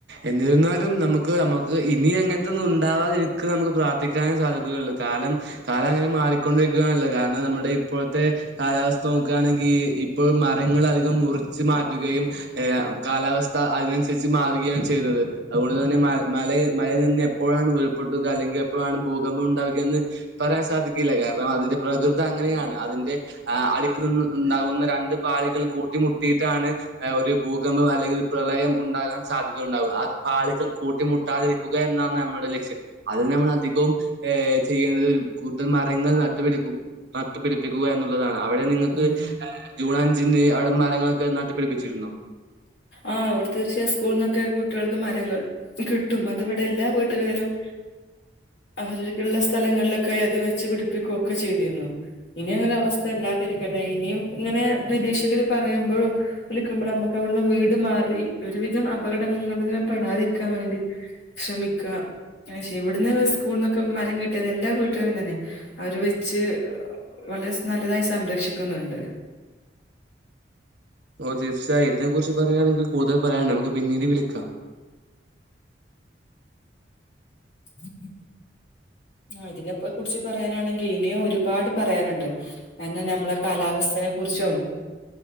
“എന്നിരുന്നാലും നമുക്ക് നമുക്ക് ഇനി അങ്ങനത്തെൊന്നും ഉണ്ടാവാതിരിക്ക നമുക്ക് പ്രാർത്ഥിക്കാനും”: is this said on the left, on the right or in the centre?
Right